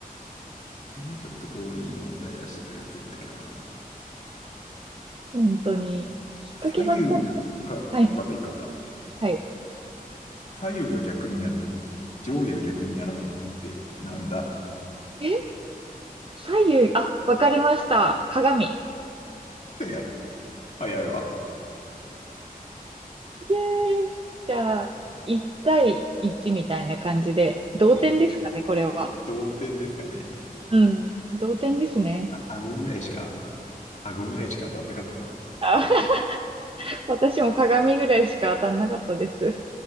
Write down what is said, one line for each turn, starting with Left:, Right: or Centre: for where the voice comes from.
Left: もうちょっとこう、いい問題出してくれるといいんだけどな。
Right: 本当に。きっかけばっかり。
Left: 左右が、これ、
Right: はい、
Left: 一個あった、一個あった。
Right: はい。
Left: 左右が逆になるのに、上下が逆にならないものってなんだ
Right: え左右、あ、わかりました。鏡。
Left: って早いわ。
Right: イエーイじゃあ、1対1みたいな感じで、同点ですかね、
Left: うん。
Right: これは。
Left: <laughs> 同点ですかね。
Right: うん、同点ですね。
Left: あ、顎ぐらいしか、顎ぐらいしか当たんなかったな。
Right: あ、<laughs> 私も鏡ぐらいしか当たんなかったです。